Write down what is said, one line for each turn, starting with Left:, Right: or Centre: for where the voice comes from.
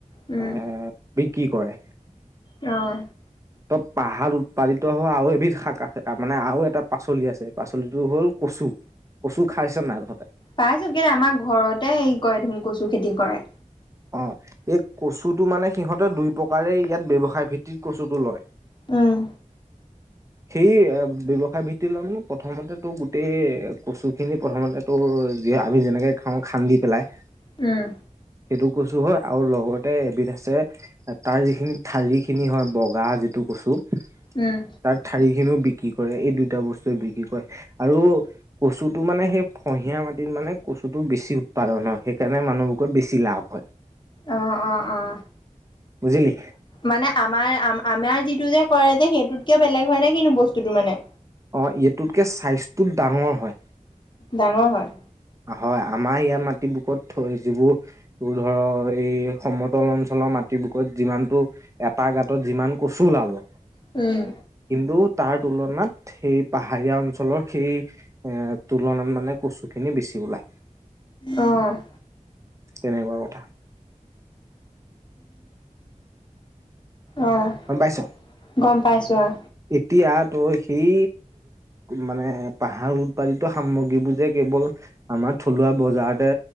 Left: উম।
Right: এ বিক্ৰী কৰে।
Left: উম।
Right: ত পাহাৰ উৎপাদিত হোৱা আৰু এবিধ শাক আছে মানে আৰু এটা পাচলি আছে, পাচলিটো হ'ল কচু। কচু খাইছ নাই তহতে?
Left: পাইছো কেলে আমাৰ ঘৰতে হেই কৰে দেখোন কচু খেতি কৰে।
Right: অৱ, এই কচুটো মানে সিহঁতে দুই প্ৰকাৰেই ইয়াত ব্যৱসায় ভিত্তিত কচুটো লয়।
Left: উম।
Right: সেই ব্যৱসায় ভিত্তি লয় মানে, প্ৰথমতে তো গোটেই কচু খিনি প্ৰথমতে তোৰ আমি যেনেকে খাওঁ খান্দি পেলাই।
Left: উম।
Right: সেইটো কচু হয় আৰু লগতে এবিধ আছে তাৰ যিখিনি ঠাৰি খিনি হয় বগা যিটো কচু।
Left: উম।
Right: তাৰ ঠাৰি খিনিও বিক্ৰী কৰে? এই দুইটা বস্তুৱে বিক্ৰী কৰে। আৰু কচুটো মানে সেই ফহিয়া মাটিত মানে কচুটো বেছি উৎপাদন হয়। সেইকাৰণে মানুহবোৰত বেছি লাভ হয়।
Left: অৱ অৱ অৱ।
Right: বুজিলি!
Left: মানে আমাৰ আমাৰ যিটো যে কৰে যে সেইটোতকে বেলেগ হয় নে কিনো বস্তুটো মানে?
Right: অৱ, এইটোতকে ছাইজটো ডাঙৰ হয়।
Left: ডাঙৰ হয়।
Right: হয়। আমাৰ ইয়াৰ মাটি বুকত থই যিবোৰ তোৰ ধৰ এই সমতল অঞ্চলৰ মাটি বুকত যিমান টো এটা গাঁতত যিমান কচু ওলাব।
Left: উম।
Right: কিন্তু তাৰ তুলনাত সেই পাহাৰীয়া অঞ্চলৰ সেই এ তুলনাত মানে কচুখিনি বেছি ওলায়।
Left: অৱ।
Right: তেনেকুৱা কথা
Left: অৱ।
Right: গম পাইছ?
Left: গম পাইছো আহ।
Right: এতিয়া তই সেই মানে পাহাৰ উৎপাদিত সামগ্ৰীবোৰ যে কেৱল আমাৰ থলুৱা বজাৰতে